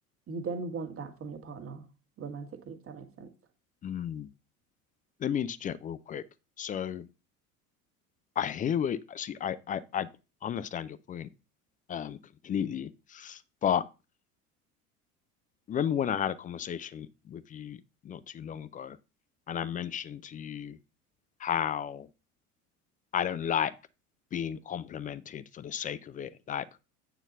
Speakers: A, on the right; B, on the left.
A: you then want that from your partner romantically, if that makes sense.
B: Mm. Let me interject real quick. So I hear what see, I, I I understand your point um completely. But remember when I had a conversation with you not too long ago, and I mentioned to you how I don't like being complimented for the sake of it. Like